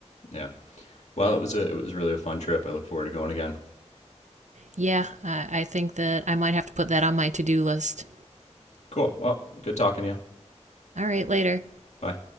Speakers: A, on the left (about 70°); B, on the right (about 80°).
A: Yeah. Well, it was a it was really a fun trip. I look forward to going again.
B: Yeah, I, I think that I might have to put that on my to do list.
A: Cool. Well, good talking to you.
B: All right, later.
A: Bye.